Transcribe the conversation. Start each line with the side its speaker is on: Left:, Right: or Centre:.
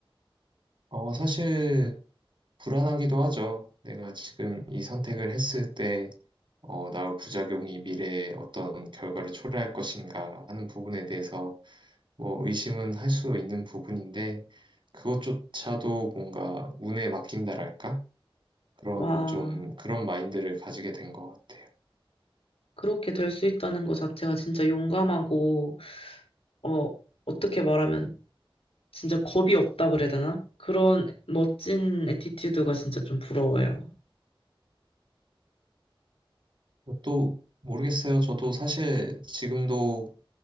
Right: 어, 사실 불안하기도 하죠. 내가 지금 이 선택을 했을 때, 어, 나올 부작용이 미래에 어떤 결과를 초래할 것인가 하는 부분에 대해서 뭐 의심은 할 수 있는 부분인데, 그것조차도 뭔가 운에 맡긴다랄까? 그런
Left: 와,
Right: 좀 그런 마인드를 가지게 된 것 같아요.
Left: 그렇게 될 수 있다는 것 자체가 진짜 용감하고, 어, 어떻게 말하면 진짜 겁이 없다 그래야 되나? 그런 멋진 에티튜드가 진짜 좀 부러워요.
Right: 또 모르겠어요. 저도 사실 지금도